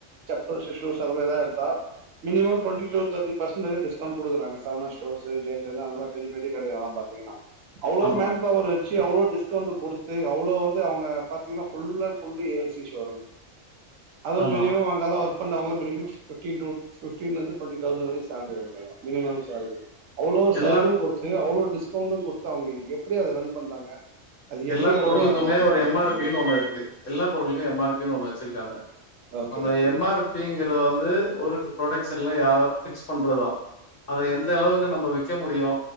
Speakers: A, on the right; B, on the left.
A: செப்பள்ஸ் சூஸ் அந்த மாதிரி ஏதாவது எடுத்தா minimum twenty to thirty percent discount குடுக்குறாங்க அந்த மாரி சரவணா ஸ்டோர்ஸ் ஜெய்சந்தரன் அந்த மாரி பெரிய பெரிய கடைல எல்லா பாத்தீங்கன்னா அவ்ளோ
B: ஆமா
A: மேன் பவரு வெச்சி அவ்ளோ டிஸ்கவுண்ட் குடுத்து அவ்ளோ வந்து அவங்க பாத்தீங்கன்னா full and full AC showroom அதுவும்
B: ஆமா
A: மினிமம் அங்கெல்லா ஒர்க் பண்றவங்கல்லா மினிமம் பிப்டின் டூ பிப்டின்லருந்து டுவென்டி தவ்சண்ட் வரையு சேல்ரி வாங்கிவாங்க மினிமம் சேல்ரி அவ்ளோ
B: எல்லா
A: சேல்ரியு குடுத் து அவ்ளோ டிஸ்கவுண்டு குடுத்து அவங்க எப்டி அத ரன் பண்றாங்க அது
B: எல்லா
A: எப்டி அவங்க
B: பொருளுக்குமே
A: அந்த
B: ஒரு
A: காஸ்ட்டு
B: எம் ஆர் பினு ஒன்னு இருக்கு எல்லா பொருளுக்குமே எம் ஆர் பினு ஒன்னு வெச்சிருக்காங்க
A: ஓகே
B: அந்த
A: ஓகே
B: எம் ஆர் பிங்கறது வந்து ஒரு ப்ரொடக்ஷன்ல யா பிக்ஸ் பண்றதா அத எந்த அளவுக்கு நம்ம விக்க முடியு